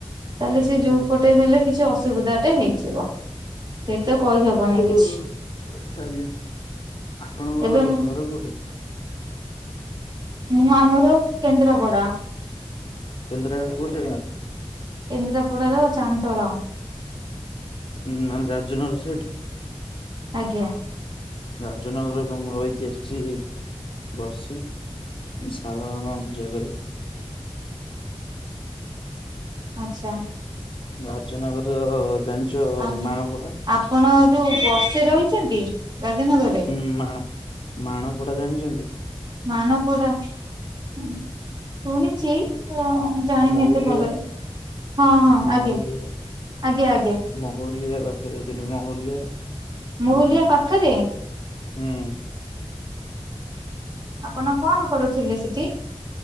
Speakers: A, on the right; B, on the left.
A: ତାହେଲେ ସେ ଯୋଉ
B: ହୁଁ
A: ପଟେ ହେଲେ କିଛି ଅସୁବିଧା ଟେ ହେଇଯିବ। ହେଇତ କହିହବନି
B: ହୁଁ
A: କିଛି
B: ଆଜ୍ଞା ଆପଣଙ୍କ
A: ଏବେ ମୁଁ
B: ଘର କୋଉଠି?
A: ମୁଁ ଆମର କେନ୍ଦ୍ରାପଡା।
B: କେନ୍ଦ୍ରାପଡ଼ା କୋଉ ଜାଗା?
A: କେନ୍ଦ୍ରାପଡାର ଚାନତୋଳ।
B: ହୁଁ ମାନେ ରାଜୁନ ର ସେଇଠି।
A: ଆଜ୍ଞା।
B: ରାଜନଗର ରେ ମୁଁ ରହିକି ଆସିଛି ବର୍ଷେ। ମୁଁ ସାରଳା ମା ପୂଜା କରେ।
A: ଆଛା।
B: ରାଜନଗର ଜାଣିଛ
A: ଆ
B: ମାଣପଡ଼ା?
A: ଆପଣ ଯଉ ବସ୍ତିରେ ରହିଛନ୍ତି ରାଜନଗର?
B: ହୁଁ ମାଣ ମାଣପଡ଼ା ଜାଣିଛନ୍ତି?
A: ମାଣପଡ଼ା ଶୁଣିଛି। ଜାଣିନି
B: ମହୁଲିଆ
A: ଏତେ ଭଲରେ ହଁ ହଁ
B: ମହୁଲିଆ
A: ଆଜ୍ଞା ଆଜ୍ଞା ଆଜ୍ଞା।
B: ମହୁଲିଆ ପାଖରେ ମହୁଲିଆ
A: ମହୁଲିଆ
B: ହଁ
A: ପାଖରେ?
B: ହୁଁ।
A: ଆପଣ କଣ କରୁଥିଲେ ସେଠି?